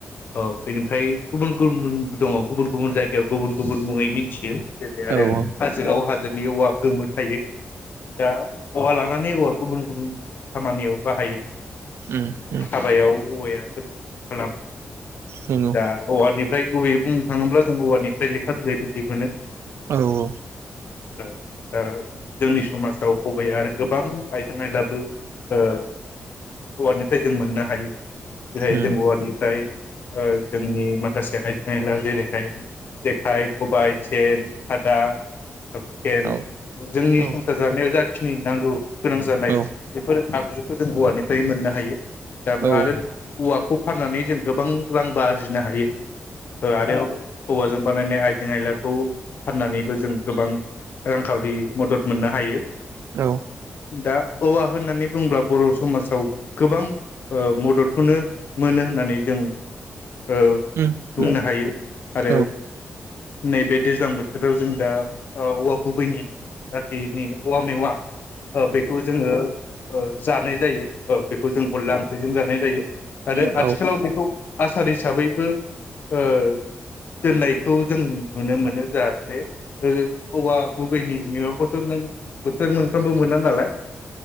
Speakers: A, on the left; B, on the right.
A: औ बेनिफ्राय गुबुन गुबुनबो दङ गुबुन गुबुन जायगायाव गुबुन गुबुन मुङै मिनथियो। जेरै
B: औ
A: आरो
B: औ
A: हाजोआव हा जोनि औवा गोमो थायो। दा औवा ला नानै औवा गुबुन गुबुन खामानियाव बाहायो।
B: उम उम
A: हाबायाव औवाया <unintelligible> खालामो
B: नंगौ
A: दा औवानि फ्राय गुबैयै बुंनो थाङोब्ला जों औवानिफ्राय लेखा बिलाइबो दिहुनो।
B: औ-औ
A: औ दा जोंनि समाजाव गुबैयै आरो गोबां आइजें आयलाबो ओ‌ औवानिफ्राय जों मोननो हायो। जेरै
B: उम
A: जों औवानिफ्राय ओ जोंनि माख माखासे आइजें आयला जेरैहाय जेखाइ खबाय सेन खादा सेन
B: औ
A: जोंनि
B: औ
A: संसार जानायाव जा खिनि नांगौ गोनां जानाय
B: औ
A: बेफोर आगजुखौ जों औवानिफ्राय मोननो हायो दाबो
B: औ
A: आरो औवाखौ फाननानै जों गोबां रांबो आरजिनो हायो। ओ आरो औवाजों बा माने आइजें आयलाखौ फाननानैबो जों गोबां रांखावरि मदद मोननो हायो।
B: औ
A: दा औवा होननानै बुंब्ला बर' समाजाव गोबां मददखौनो मोनो होननानै जों ओ
B: उम
A: बुंनो
B: उम
A: हायो आरो
B: औ
A: नैबे दो- जां बोथोराव जों दा औवा गुबैनि जाखिनि औवा मेवा ओ बेखौ जोङो ओ जानाय जायो ओ बेखौ जों गल्ला ओंख्रिजों जानाय जायो आरो
B: औ
A: आथिखालाव बेखौ आसार हिसाबैबो ओ दोननायखौ जों नुनो मोनो जाहाथे ओ औवा गुबैनि मेवाखौ नों बोथोर मोनफ्रामबो मोना नालाय